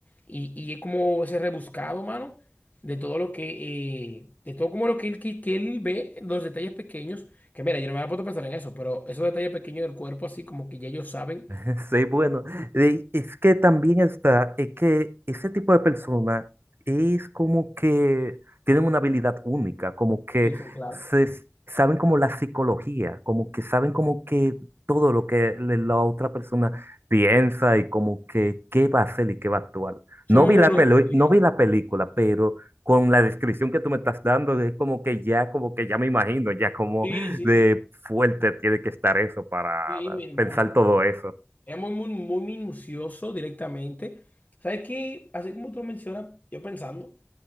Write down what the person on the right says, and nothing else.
<laughs> Sí, bueno, eh, es que también está, es que ese tipo de persona es como que tienen una habilidad única, como que
se, s- saben como la psicología, como que saben como que todo lo que le- la otra persona piensa y como que qué va a hacer y qué va a actuar.
No vi
la
peli-
no
vi la película, pero con la descripción que tú me estás dando, es como que ya, como que ya me imagino, ya como
de fuerte tiene que estar eso para
pensar todo eso.